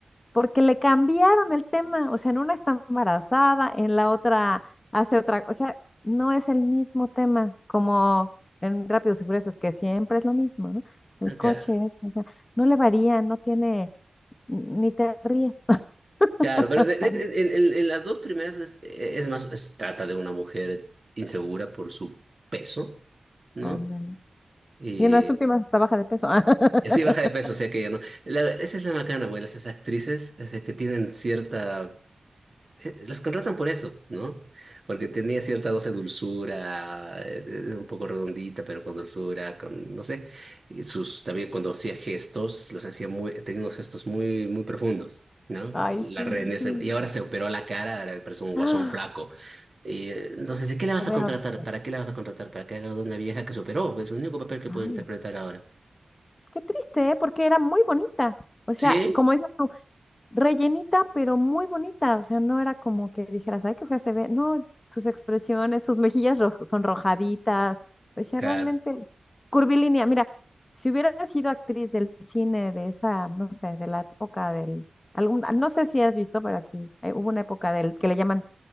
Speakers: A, on the left (about 35°); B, on the right (about 40°).
A: Porque le cambiaron el tema, o sea, en una está embarazada, en la otra hace otra, o sea, no es el mismo tema como en Rápidos y Furiosos, que siempre es lo mismo, ¿no? El
B: Ah,
A: coche,
B: claro.
A: esto, o sea, no le varía, no tiene, ni te ríes. <laughs>
B: Claro, pero
A: O
B: de- de-
A: sea,
B: en, en- en las dos primeras es, es más, es- trata de una mujer insegura por su peso, ¿no?
A: Ándale.
B: Y
A: Y en las últimas hasta baja de peso. <laughs>
B: así baja de peso, o sea que ya no. La- esa es la macana, güey, las esas actrices, o sea que tienen cierta eh, Los contratan por eso, ¿no? Porque tenía cierta dosis de dulzura, eh, eh, un poco redondita, pero con dulzura, con, no sé, y sus, también cuando hacía gestos, los hacía muy, tenía unos gestos muy, muy profundos, ¿no?
A: Ay,
B: La
A: sí,
B: reina,
A: sí.
B: se- y ahora se operó la cara, ahora parece un guasón
A: ¡Ah!
B: flaco. Y, eh, entonces, ¿de qué la vas
A: Se ve
B: a contratar?
A: horrible.
B: ¿Para qué la vas a contratar? ¿Para que haga de una vieja que se operó? Es el único papel que
A: Ay,
B: puede interpretar ahora.
A: qué triste, ¿eh? Porque era muy bonita. O sea,
B: Sí,
A: como dices tú, rellenita, pero muy bonita. O sea, no era como que dijeras, ay, qué fea se ve. No, sus expresiones, sus mejillas rojo- sonrojaditas. O sea,
B: claro,
A: realmente curvilínea. Mira, si hubiera sido actriz del cine de esa, no sé, de la época del... Algún, no sé si has visto, pero aquí eh, hubo una época del que le llaman